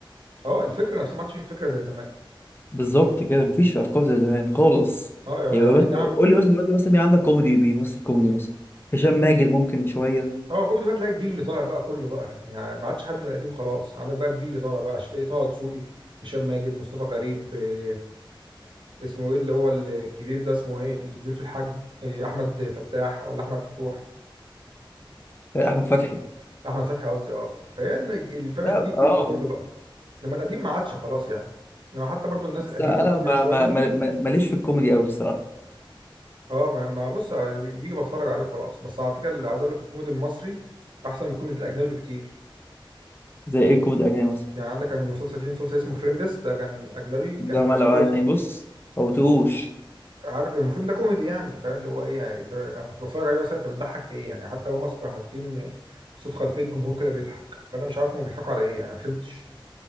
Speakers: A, on the right; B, on the left.
A: اه الفكره نفسها ما عادش في فكره زي زمان
B: بالظبط كده مفيش في افكار زي زمان خالص
A: اه يعني
B: يعني بس
A: أي نعم
B: قول لي مثلا دلوقتي مثلا مين عندك كوميدي بيمثل كوميدي مثلا هشام ماجد ممكن شويه
A: اه كوميدي بقى تلاقي الجيل اللي طالع بقى كله بقى يعني ما عادش حد من القديم خلاص عندك بقى الجيل اللي طالع بقى ش- ايه طه دسوقي هشام ماجد مصطفى غريب إيه اسمه ايه اللي هو الكبير ده اسمه ايه الكبير في الحجم إيه احمد فتاح ولا احمد فتوح
B: احمد فتحي
A: احمد فتحي قصدي اه فهي إن الج- الفيلم
B: لا
A: الجديد
B: اه
A: الجديد ده كله بقى انما القديم ما عادش خلاص يعني انما حتى برضو الناس
B: بس
A: القديمه
B: انا
A: وكبرت
B: ما
A: شويه
B: ما ما- ما- ماليش في الكوميدي قوي الصراحه
A: اه ما ما بص يعني بي- بيجي بتفرج عليه وخلاص بس على فكره اللي عايز اقول لك الكوميدي المصري احسن من الكوميدي الاجنبي بكتير
B: زي ايه الكوميدي الاجنبي مثلا
A: يعني عندك كان مسلسل فيه مسلسل اسمه فريندس ده كان اجنبي كان
B: ده
A: كذا
B: ما لو يعني
A: جزء
B: بص ما بتقوش
A: عارف المفروض ده كوميدي يعني فاهم اللي هو ايه يعني انت أنا كنت بتفرج عليه مثلا انت بتضحك في ايه يعني حتى هم اصلا كانوا حاطين صوت خلفيه جمهور كده بيضحك فانا مش عارف هم بيضحكوا على ايه يعني ما فهمتش